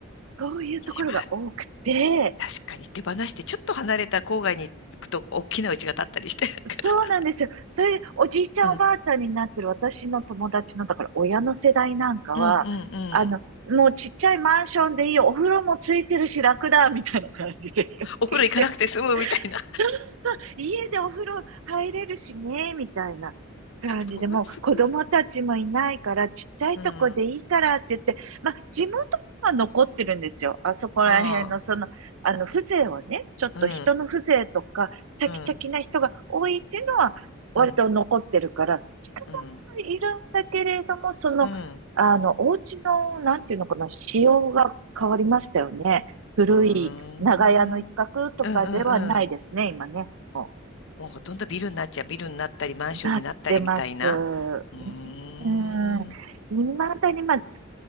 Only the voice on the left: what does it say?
まあ、確かに手放して、ちょっと離れた郊外に行くと、大きな家が建ったりして。<laughs>
うん。
うんうんうん。
お風呂行かなくて済むみたいな。
それすごい。
うん。
ああ。
うん
うん。うん。
うん。
うん。
うん。
うーん。うんうんうん。
もうほとんどビルになっちゃう。ビルになったり、マンションになったりみたいな。
うーん。